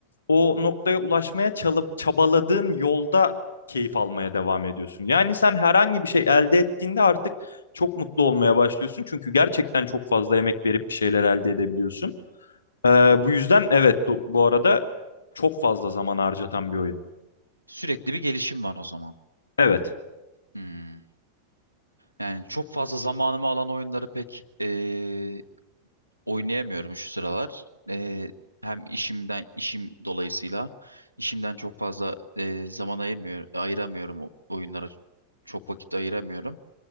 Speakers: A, on the left; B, on the left.
A: o noktaya ulaşmaya çalıp çabaladığın yolda keyif almaya devam ediyorsun. Yani sen herhangi bir şey elde ettiğinde artık çok mutlu olmaya başlıyorsun. Çünkü gerçekten çok fazla emek verip bir şeyler elde edebiliyorsun. Ee, bu yüzden evet do- bu arada çok fazla zaman harcatan bir oyun.
B: Sürekli bir gelişim var o zaman.
A: Evet.
B: Hmm. Yani çok fazla zamanımı alan oyunları pek ee, oynayamıyorum şu sıralar. Eee, hem işimden işim dolayısıyla işimden çok fazla eee, zaman ayırmıyor, ayıramıyorum o- oyunlara çok vakit ayıramıyorum.